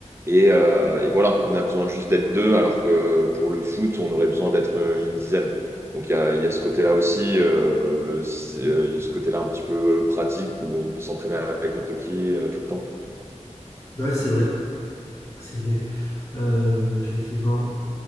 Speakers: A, on the right (about 20°); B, on the left (about 25°).
A: Et, euh, et voilà, on a besoin juste d'être deux, alors que pour le foot, on aurait besoin d'être euh, une dizaine. Donc il y a, il y a ce côté-là aussi, euh, c'est- euh, il y a ce côté-là un petit peu pratique où on peut s'entraîner avec n'importe qui euh, tout le temps.
B: ouais, c'est vrai. C'est vrai. Euh, effectivement.